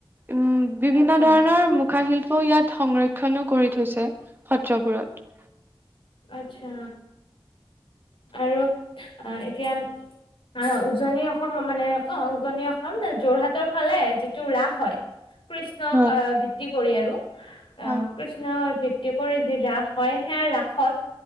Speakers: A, on the right; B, on the left.
A: উম বিভিন্ন
B: আচ্ছা
A: ধৰণৰ মুখাশিল্ ইয়াত সংৰক্ষণো কৰি থৈছে। থৈছে সত্ৰবোৰত।
B: আত্ছা। আৰু অ এতিয়া উম আহ উজনি অসমৰ মানে অ উজনি অ হ'ম ন যোৰহাটৰ ফালে যিটো ৰাস হয় কৃষ্ণক
A: অ
B: আহ ভিত্তি কৰি আৰু। ৰাম
A: অ
B: কৃষ্ণৰ ভি ভিত্তি কৰি যি ৰাস হয় সেয়া ৰাসত